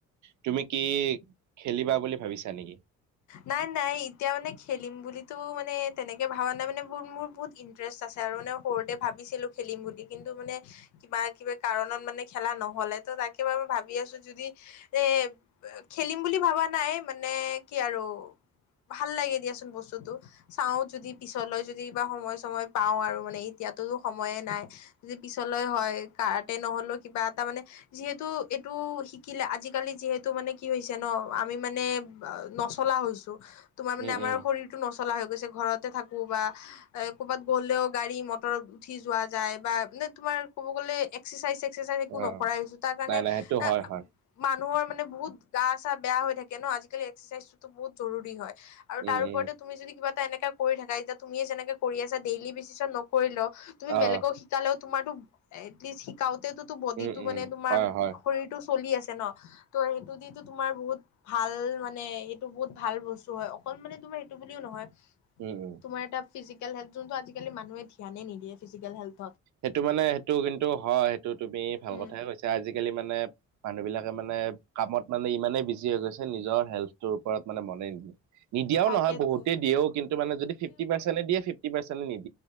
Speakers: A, on the right (about 70°); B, on the left (about 70°).
A: তুমি কি খেলিবা বুলি ভাবিছা নেকি?
B: নাই নাই এতিয়া মানে খেলিম বুলিতো মানে তেনেকে ভবা নাই মানে বহুত মোৰ বহুত ইণ্টাৰেষ্ট আছে আৰু মানে সৰুতে ভাবিছিলো খেলিম বুলি, কিন্তু মানে কিবা কিবি কাৰণত মানে খেলা নহলে ত তাকে মই ভাবি আছো যদি এ খেলিম বুলি ভবা নাই মানে কি আৰু ভাল লাগে দিয়াচোন বস্তুতটো। চাওঁ যদি পিছলৈ যদি কিবা সময় চময় পাও আৰু মানে এতিয়াতো সময়ে নাই যদি পিছলৈ হয়, কাৰাতে নহ'লেও কিবা এটা মানে যিহেতু এইটো শিকিলে আজিকালি যিহেতু মানে কি হৈছে ন আমি মানে নচলা হৈছো। তোমাৰ মানে
A: উম,
B: আমাৰ
A: উম,
B: শৰীৰটো নষ্ চলা হৈ গৈছে ঘৰতে থাকো বা এ ক'বাত গ'লেও গাড়ী মটৰত উঠি যোৱা যায় বা নে তোমাৰ ক'ব গ'লে এক্সাৰচাইজ সেক্স এক্সাচাইজ একো
A: অ',
B: নকৰাই হৈছো তাৰ কাৰণে
A: নাই, নাই সেইটো
B: এ
A: হয়, হয়,
B: মাক নহয় মানে বহুত গা চা বেয়া হৈ থাকে ন' আজিকালি চাইজটো বহুত জৰুৰী হয়। আৰু
A: উম,
B: তাৰ ওপৰতে
A: উম,
B: তুমি যদি কিবা এনেকা কৰি থাকা এতিয়া তুমিয়ে যেনেকে কৰি আছা ডেইলি বেচিছত নকৰিলেও তুমি
A: অ',
B: বেলেগক শিকালেও তোমাৰটো এলিষ্ট শিকাও তেটোতো বডিটো
A: উম, উম,
B: মানে তোমাৰ
A: হয়, হয়,
B: শৰীৰটো চলি আছে ন' ত' সেইটো দিটো তোমাৰ বহুত ভাল মানে নে এইটো বহুত ভাল বস্তু হয়, অকল মানে তোমাৰ এইটো বুলিও নহয়।
A: উম, উম।
B: তোমাৰ এটা ফিজিকেল হেল্থ যোনটো আজিকালি মানুহে ধ্যানে নিদিয়ে, ফিজিকেল হেল্থ
A: সেইটো মানে সেইটো কিন্তু হয়, সেইটো তুমি ভাল
B: উম
A: কথাইে কৈছা, আজিকালি মানে মানুহবিলাকে মানে কামত মানে ইমানেই বিজি হৈ গৈছে নিজৰ হেল্থটোৰ ওপৰত মানে মনেই নিদিয়ে। নিদিয়াও
B: তাকেতো
A: নহয় বহুতে দিয়েও, কিন্তু মানে যদি ফিফটি পাৰ্ছেন্তে দিয়ে, ফিফটি পাৰ্ছেন্তে নিদি